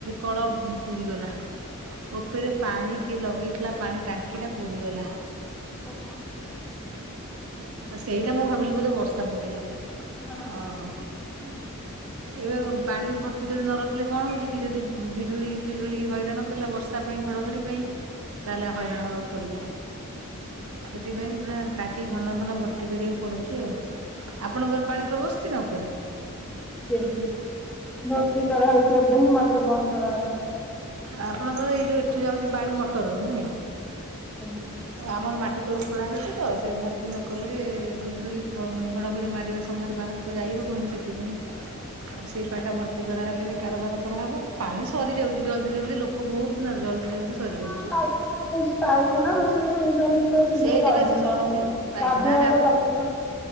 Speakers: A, on the right; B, in the centre.
A: କଳ ପୁରିଗଲା। ଉପରେ ପାଣି କିଏ ଲଗେଇଥିଲା ପାଣି ଟାଙ୍କି ଟା ପୁରିଗଲା।
B: ଓହୋ।
A: ସେଇଟା ମୁଁ ଭାବିଲି ବୋଧେ ବର୍ଷା ପକେଇଲା
B: ନା ନା ବର୍ଷା
A: ଓହୋ।
B: ପକେଇନି ପବନ ଟା ଦଉଛି।
A: ଏବେ ପାଣି ଭର୍ତ୍ତି କରି ନ ରଖିଲେ କଣ ହଉଚି କି ଯଦି ବିଜୁଳି ଫିଜୁଳି ହଇରାଣ କଲା ବର୍ଷ ତା ପାଇଁ ଘଡଘଡି ପାଇଁ ତାହେଲେ ହଇରାଣ ହବାକୁ ପଡିବ ସେଥିପାଇଁ ପୁରା ଟାଙ୍କି ଘନ ଘନ ଭର୍ତ୍ତି କରିବାକୁ ପଡୁଚି ଆଉ ଆପଣଙ୍କର ପାଣି <inaudible> ବସିଚି ନା ଉପରେ?
B: ଆଜ୍ଞା ଭର୍ତି କରା ହେଇଚି ଏବେ ହିଁ ମଟର ବନ୍ଦ କରାହେଲା।
A: ଆପଣଙ୍କର ଏଇ ଯୋଉ ଏଠୁ ଯାଉଚି ପାଣି ମଟରରୁ ନୁହେଁ?
B: ଆଜ୍ଞା‌।
A: ଆମର ମାଟି ତଳୁ ଖୋଳା ହେଇଚି ତ ସେ ଭର୍ତି ନ କଲେ ବିଜୁଳି ଘଡଘଡି ମାରିବା ସମୟରେ ବାହାର ତ ଯାଇ ହବନି ସେଥିପାଇଁ ଆଉ ସେଇ ପାଣି ଟା ଭ କ୍ତି କରାହେଲେ କାରବାର କରାହବ ପାଣି ସରିଯାଉଚି ଜଲଦି ଜଲଦି ଲୋକ ବହୁତନା ଜଲଦି ଜଲଦି ଯାଉଚି।
B: ହଁ ପାଇଖାନା ପାଇଖାନା ରୋଷେଇଘର ୟୁଜୁ ହେଲେ ତ ଶୀଘ୍ର
A: ସେଇଠି
B: ସରିଯିବ
A: ବେଶୀ ସରୁଛି
B: ନା
A: ପାଇଖାନା
B: ଗାଧୁଆ ଘର ପାଇଖାନା